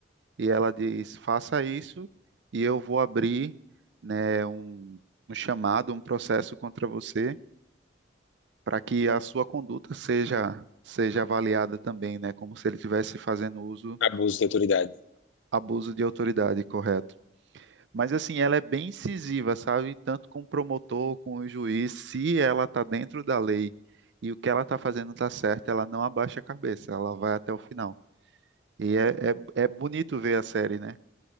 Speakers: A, on the right; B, on the left.
A: E ela diz: "Faça isso e eu vou abrir, né, um, um chamado, um processo contra você para que a sua conduta seja seja avaliada também, né, como se ele estivesse fazendo uso
B: abuso de autoridade.
A: abuso de autoridade, correto?" Mas assim, ela é bem incisiva, sabe? Tanto com o promotor, com o juiz, se ela está dentro da lei e o que ela está fazendo está certo, ela não abaixa a cabeça, ela vai até o final. E é, é, é bonito ver a série, né?